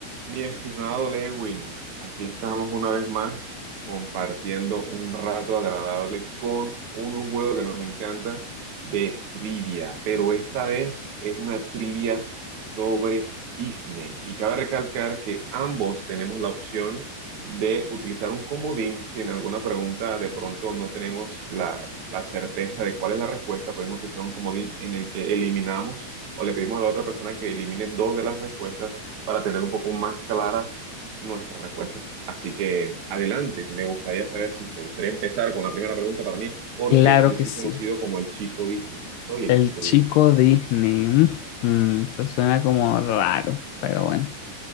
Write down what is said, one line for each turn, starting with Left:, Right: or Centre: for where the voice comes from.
Right: Mi estimado Lewin, aquí estamos una vez más compartiendo un rato agradable con un juego que nos encanta de trivia, pero esta vez es una trivia sobre Disney. Y cabe recalcar que ambos tenemos la opción de utilizar un comodín si en alguna pregunta de pronto no tenemos la, la certeza de cuál es la respuesta, podemos utilizar un comodín en el que eliminamos o le pedimos a la otra persona que elimine dos de las respuestas para tener un poco más clara nuestra respuesta. Así que adelante, me gustaría saber si te gustaría empezar con la primera pregunta para mí, porque
Left: Claro
Right: yo
Left: que
Right: soy
Left: sí.
Right: conocido como el chico Disney. Soy el
Left: El
Right: chico
Left: chico
Right: Disney.
Left: Disney. mm, mm, eso suena como raro, pero bueno.